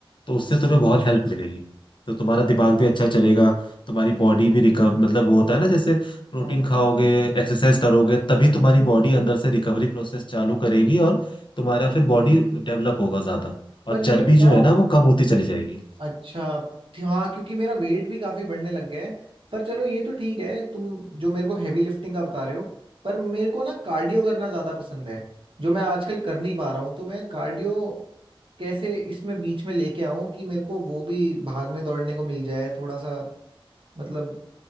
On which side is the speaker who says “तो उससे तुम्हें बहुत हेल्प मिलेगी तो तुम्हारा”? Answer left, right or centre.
Left